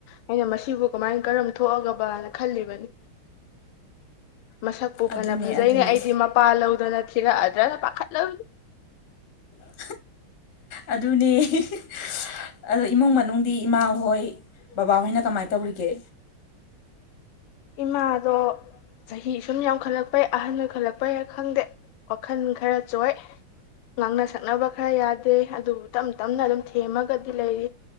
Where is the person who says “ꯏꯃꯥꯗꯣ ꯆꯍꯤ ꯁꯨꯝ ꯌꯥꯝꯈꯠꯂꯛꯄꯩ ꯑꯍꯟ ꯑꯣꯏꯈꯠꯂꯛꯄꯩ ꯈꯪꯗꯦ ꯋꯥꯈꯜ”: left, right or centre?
Left